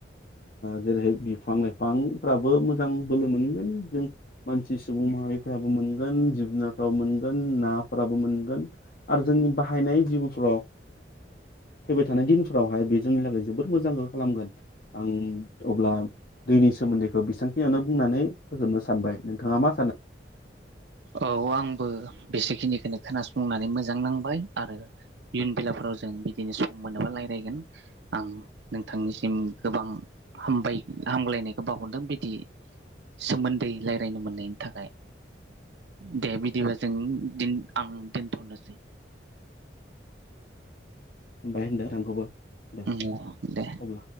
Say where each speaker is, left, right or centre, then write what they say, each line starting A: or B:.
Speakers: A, on the left (about 50°); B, on the right (about 75°).
A: जेरैहाय बिफां लाइफांफ्राबो मोजां बोलो मोनलै- सुबुं माहारिफोराबो मोनगोन जिब जुनारफ्राबो मोनगोन नाफोराबो मोनगोन आरो जोंनि बाहायनाय जिउफ्राव फैबाय थानाय दिनफोरावहाय बे जोंनि थाखै जोबोर मोजांखौ खालामगोन आं अब्ला दैनि सोमोन्दैखौ बेसांखिनियावनो बुंनानै फोजोबनो सानबाय नोंथाङा मा सानो
B: औ आंबो बेसेखिनिखौनो खोनासंनानै मोजां नांबाय आरो इयुन बेलाफोराव जों बिदिनो सम मोनोबा रायज्लायगोन आं नोंथांनिसिम गोबां हामबाय हामग्लायनायखौ बावहरदों बिदि सोमोन्दै रायज्लायनो मोननायनि थाखाय। दे बिदिबा जों आं दोनथ'नोसै।
A: <unintelligible> दे
B: औ दे
A: अब्ला